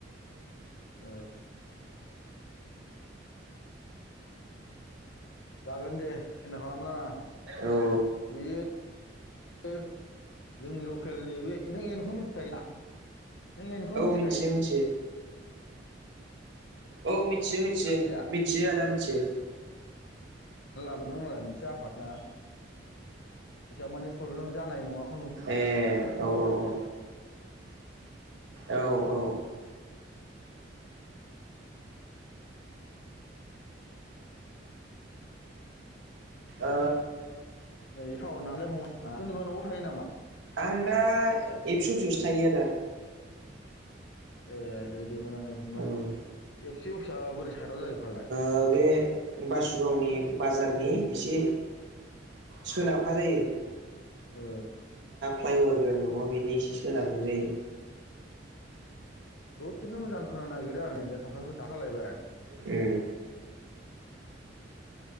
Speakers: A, on the left; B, on the right.
A: ओ जागोन दे सिन्था खालामनाङा
B: औ
A: बियो जोंनि लकेलनि बे नों एनखौ मिथियाखै दा नों एनखौ
B: औ
A: मिथिखायो
B: मिथियो मिथियो औ मिथ थियो मिथियो
A: दा
B: मिथियो आदा मिथियो
A: दों नालाय मोनसे आफाद ना इसांमानि फ्रब्लेम जानाय नोङाख
B: ए औ औ औ औ औ औ
A: नै टावर नाङासैलै फंबाय ओ सोरनिबा न'आव थायो नामा?
B: आं दा एबसु अफिसावसो थायो आदा
A: ए दे दे मोजां दे फंबाय
B: औ
A: एबसु अफिसा बोरै सादाव जायो फालाय
B: ओ बे बासुगावनि बाजारनि एसे सोनाबहा जायो।
A: ओ
B: फ्लाइबार गोदान दङ बेनि इसे सोनाबजों जायो।
A: ददसेनो मोजां खोनानो नागिरो आं <unintelligible> थालायबाय
B: ए